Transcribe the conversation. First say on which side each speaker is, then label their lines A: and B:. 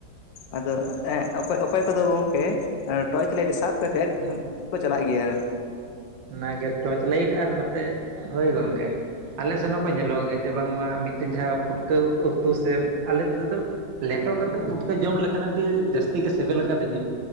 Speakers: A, on the left; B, on the right.
A: ᱟᱫᱚ ᱚᱠᱚᱭ <unintelligible> ᱠᱚᱫᱚ ᱜᱚᱢᱠᱮᱼᱼ ᱴᱚᱨᱪ ᱞᱟᱹᱭᱤᱴ ᱥᱟᱵ ᱠᱟᱛᱮᱫ ᱠᱚ ᱪᱟᱞᱟᱜ ᱜᱮᱭᱟᱼᱼ
B: ᱚᱱᱟᱜᱮ ᱴᱚᱨᱪ ᱞᱟᱭᱤᱴ ᱟᱨ ᱱᱚᱛᱮ ᱦᱳᱭ ᱜᱚᱝᱠᱮ ᱟᱞᱮ ᱥᱮᱱ ᱦᱚᱸᱠᱚ ᱧᱮᱞᱚᱜ ᱜᱮᱭᱟᱼᱼ ᱡᱮ ᱵᱟᱝᱢᱟ ᱢᱤᱫᱴᱮᱱ ᱡᱟᱦᱟᱸ ᱯᱷᱩᱴᱠᱟᱹ ᱩᱛᱩ ᱥᱮ ᱟᱞᱮ ᱛᱮᱫᱚ ᱞᱮᱴᱚ ᱠᱟᱛᱮᱫ ᱯᱷᱩᱴᱠᱟᱹᱼᱼ <unintelligible> ᱡᱚᱢ ᱞᱮᱠᱷᱟᱱ ᱟᱹᱰᱤ ᱡᱟᱹᱥᱛᱤ ᱜᱮ ᱥᱤᱵᱤᱞ ᱟᱠᱟᱫᱤᱧᱟ᱾